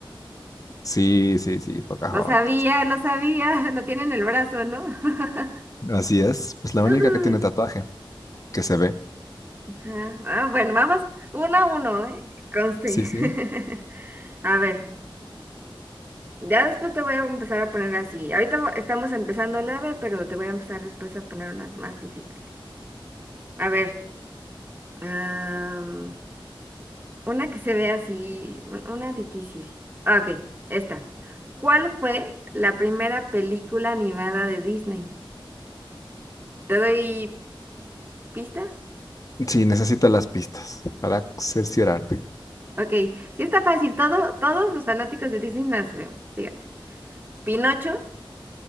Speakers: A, on the left (about 40°); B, on the right (about 25°).
A: Sí, sí, sí, Pocahontas.
B: Lo sabía, lo sabía. <laughs> No tienen el brazo, ¿no? <laughs>
A: Así es. Es la única
B: Ujú.
A: que tiene tatuaje, que se ve.
B: Ajá. Ah, bueno, vamos uno a uno, ¿eh? Conste.
A: Sí, sí.
B: <laughs> A ver, ya después te voy a empezar a poner así. Ahorita vo- estamos empezando leve, pero te voy a empezar después a poner unas más difíciles. A ver, am, una que se ve así, un- una difícil. Ah, Ok, esta. ¿Cuál fue la primera película animada de Disney? ¿Te doy pista?
A: Sí, necesito las pistas para cerciorarme.
B: Ok, sí está fácil. Todo, todos los fanáticos de Disney la sabemos, fíjate. Pinocho,